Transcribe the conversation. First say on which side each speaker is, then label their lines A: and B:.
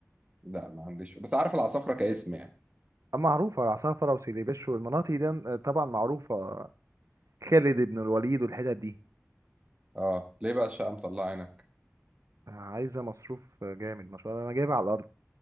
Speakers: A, on the right; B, on the right.
A: لا ما عنديش بس عارف العصافرة كاسم يعني
B: معروفة عصافرة وسيدي والمناطق دي آه، طبعا معروفة خالد بن الوليد والحتت دي
A: اه ليه بقى الشقة مطلعة عينك
B: عايزة مصروف جامد ما شاء الله أنا جايبها على الأرض